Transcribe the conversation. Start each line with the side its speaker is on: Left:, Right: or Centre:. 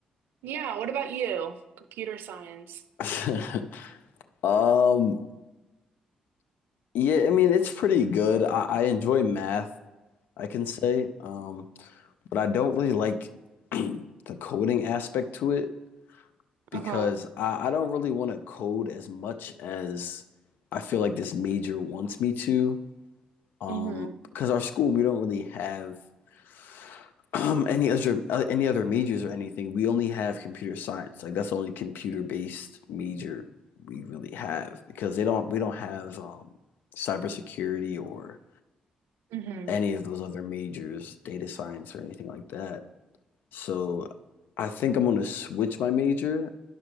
Right: yeah, what about you? Computer science.
Left: <laughs> Um, Yeah, I mean it's pretty good. I, I enjoy math, I can say, um, but I don't really like <clears throat> the coding aspect to it because
Right: Uh-huh.
Left: I, I don't really want to code as much as I feel like this major wants me to. Um,
Right: Mm-hmm.
Left: because our school we don't really have <clears throat> um, any other uh, any other majors or anything. We only have computer science. Like that's the only computer based major we really have because they don't we don't have um, cybersecurity or
Right: Mm-hmm.
Left: any of those other majors, data science or anything like that. So I think I'm going to switch my major